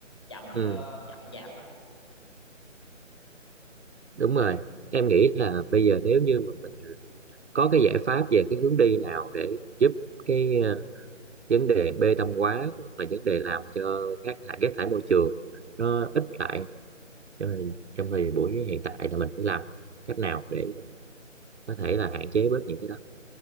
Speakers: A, on the left (about 20°); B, on the right (about 60°).
A: chậm
B: ừ.
A: ờ, chậm chạp
B: đúng rồi em nghĩ là bây giờ nếu như mà mình có cái giải pháp về cái hướng đi nào để giúp cái ờ, vấn đề bê tông hóa hoặc là vấn đề làm cho rác thải rác thải môi trường nó ít lại cho nên trong thời buổi hiện tại là mình phải làm cách nào để mình có thể là hạn chế bớt những cái đó